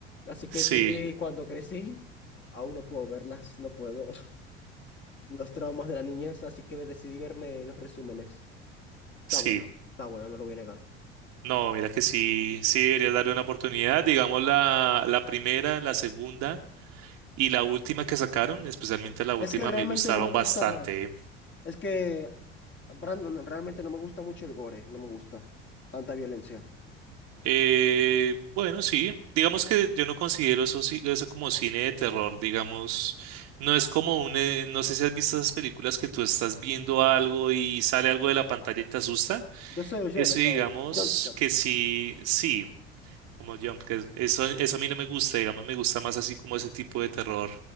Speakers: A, on the left; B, on the right.
A: Así que
B: Sí,
A: decidí cuando crecí, aún no puedo verlas, no puedo. <laughs> Los traumas de la niñez, así que me decidí verme los resúmenes. Está
B: sí.
A: bueno, está bueno, no lo voy a negar.
B: No, mira que sí, sí deberías darle una oportunidad. Digamos la, la primera, la segunda. Y la última que sacaron, especialmente la última,
A: Es que realmente
B: me gustaron
A: no me gusta,
B: bastante.
A: es que, Brandon, realmente no me gusta mucho el gore, no me gusta tanta violencia.
B: Eh, bueno, sí, digamos que yo no considero eso, ci- eso como cine de terror, digamos, no es como un, eh, no sé si has visto esas películas que tú estás viendo algo y sale algo de la pantalla y te asusta.
A: Yo soy Oyelo,
B: Eso digamos
A: yo, jumpscare,
B: que sí, sí, como yo, que es- eso, eso a mí no me gusta, digamos, me gusta más así como ese tipo de terror,